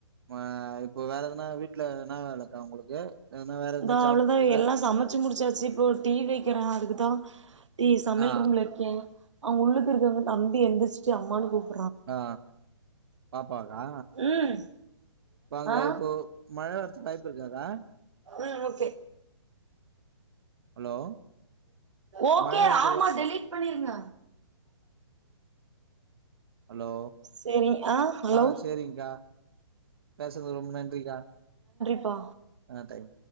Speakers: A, on the right (about 55°); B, on the right (about 85°).
A: ஆ இப்போ வேற எதுனா வீட்ல என்னா வேலக்கா உங்களுக்கு எதுனா வேற எதுனா
B: தோ
A: ஜாப்
B: அவ்ளோதா
A: பண்றீங்களா
B: எல்லா சமச்சு முடிச்சாச் ச்சி இப்போ டீ வெக்கிற அதுக்குதா டீ சமயல்
A: ஆ
B: ரூம்லருக்கே அவுங் உள்ளுக்குருக்கங்கத் தம்பி எந்திரிச்சிட்டு அம்மான் கூப்
A: ஆ பாப்பாக்கா
B: ம்
A: இப்ப அங்க
B: ஆ
A: இப்போ மழ வர்றத்துக்கு வாய்ப்பு இருக்காக்கா
B: ம் ஓகே
A: ஹலோ
B: ஓகே
A: மழ வரதுக்கு
B: ஆமா டெலிட் பண்ணிருங்க
A: ஹலோ
B: சேரிங் ஹலோ
A: ஆ சேரிங்க்கா பேசன்துக் ரொம்ப நன்றிக்கா
B: ப்பா
A: ஆ டைம்